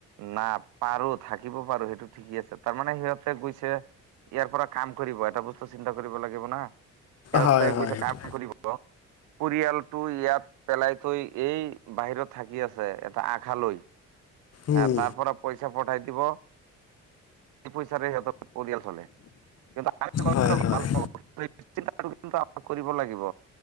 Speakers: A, on the right; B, on the left.
A: না পাৰো থাকিব পাৰো সেইটো ঠিকেই আছে তাৰমানে সিহঁতে গৈছে ইয়াৰ পৰা কাম কৰিব এটা বস্তু চিন্তা কৰিব লাগিব না। সিহঁতে
B: হয় হয়
A: গৈছে
B: সেইটো।
A: কাম কৰিব। পৰিয়ালটো ইয়াত পেলাই থৈ এই বাহিৰত থাকি আছে এটা আশালৈ।
B: উম,
A: আহ তাৰ পৰা পইচা পঠাই দিব। পইচাৰে সিহঁতৰ পৰিয়াল চলে কিন্তু
B: হয় হয়
A: ভাল পাব। চিন্তা কৰিব লাগিব।